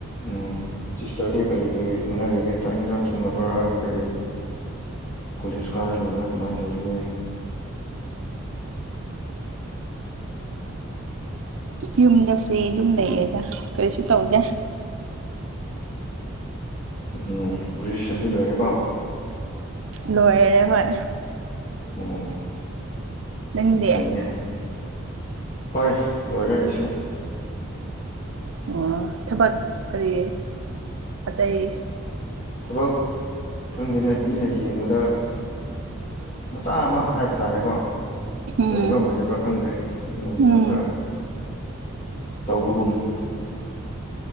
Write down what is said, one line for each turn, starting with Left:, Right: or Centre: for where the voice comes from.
Left: ꯎꯝ ꯁꯤꯁꯇꯔꯗꯤ ꯀꯔꯤ ꯀꯔꯤ ꯍꯣꯠꯅꯔꯤꯒꯦ ꯆꯥꯛ ꯍꯦꯟꯖꯥꯡ ꯊꯣꯡꯉꯕ꯭ꯔꯥ ꯀꯔꯤ ꯀꯣꯂꯦꯖ ꯀꯥꯔ ꯂꯩꯕ꯭ꯔꯥ ꯀꯃꯥꯏ ꯇꯧꯔꯤꯒꯦ
Right: ꯌꯨꯝꯗ ꯐ꯭ꯔꯤ ꯑꯗꯨꯝ ꯂꯩꯌꯦꯗꯥ ꯀꯔꯤꯁꯨ ꯇꯧꯗꯦ
Left: ꯎꯝ ꯒ꯭ꯔꯦꯖꯨꯋꯦꯁꯟꯗꯤ ꯂꯣꯏꯔꯦꯀꯣ
Right: ꯂꯣꯏꯔꯦ ꯍꯣꯏ
Left: ꯑꯣ
Right: ꯅꯪꯗꯤ
Left: ꯎꯝ ꯐꯩꯅꯦ ꯍꯣꯏ ꯂꯣꯏꯔꯦ ꯑꯩꯁꯨ
Right: ꯑꯣ ꯊꯕꯛ ꯀꯔꯤ ꯑꯇꯩ
Left: ꯊꯕꯛ ꯈꯪꯗꯦꯅꯦ ꯃꯤꯅ ꯌꯦꯡꯕꯗ ꯃꯆꯥ ꯑꯃ ꯍꯥꯏꯕ ꯇꯥꯔꯦꯀꯣ
Right: ꯎꯝ
Left: ꯑꯣꯏꯕ꯭ꯔꯥ ꯑꯣꯏꯗꯕ꯭ꯔꯥ ꯈꯪꯗꯦ ꯑꯗꯨꯒꯨꯝꯕꯗꯣ
Right: ꯎꯝ
Left: ꯈꯔ ꯇꯧꯕꯒꯨꯝ